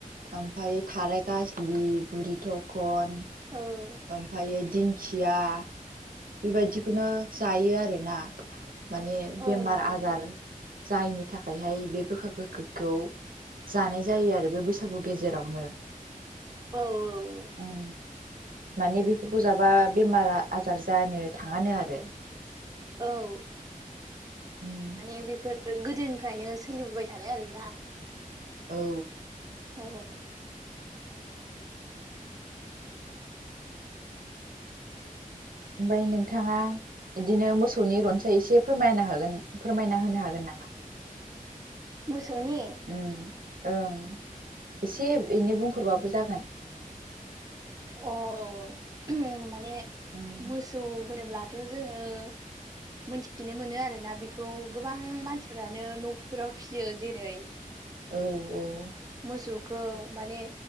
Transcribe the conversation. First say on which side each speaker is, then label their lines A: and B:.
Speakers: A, on the right; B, on the right.
A: ओमफ्राय थाराय गाजलि, बुरि थखन ओम
B: औ
A: ओमफायो दिंखिया बेबायदिखौनो जायो आरोना माने
B: औ
A: बेमार
B: नोंथां
A: आजार
B: औ
A: जायनि थाखायहाय बे गोखा गोखैखौ जानाय जायो आरो बे बैसागु गेजेरावनो।
B: औ औ।
A: उम माने बेफोरखौ जाबा बेमार आजार जानो थाङानो आरो।
B: औ।
A: उम
B: माने बेफोरो गोदोनिफ्रायनो सोलिबोबाय थानाय आरोना।
A: औ।
B: ह ह।
A: ओमफ्राय नोंथाङा बिदिनो मोसौनि रनसाय एसे फोरमायनो हागोन फोरमायना होनो हागोन नामा?
B: मोसौनि!
A: उम ओं एसे एनै बुंफोरबाबो जागोन।
B: अ औ औ <unintelligible> माने
A: उम
B: मोसौ होनोब्लाथ' जोङो मोनथिनो मोनो आरोना बेखौ गोबां मानसिफ्रानो न'फोराव फियो जेरै
A: औ औ।
B: मोसौखौ माने